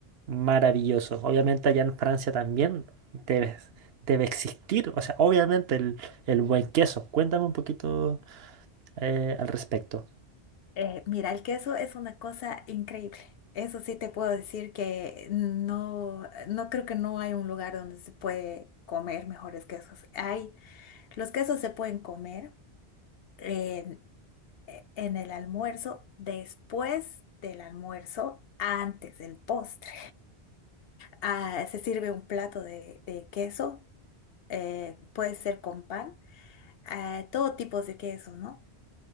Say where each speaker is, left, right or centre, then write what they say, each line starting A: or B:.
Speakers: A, on the right; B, on the left.
A: Maravilloso. Obviamente allá en Francia también debe, debe existir. O sea, obviamente el, el buen queso. Cuéntame un poquito eh, al respecto.
B: Eh, mira, el queso es una cosa increíble. Eso sí te puedo decir que no, no creo que no hay un lugar donde se puede comer mejores quesos. Hay, los quesos se pueden comer en, en el almuerzo, después del almuerzo, antes del postre. Ah, se sirve un plato de, de queso, eh, puede ser con pan, eh, todo tipo de queso, ¿no?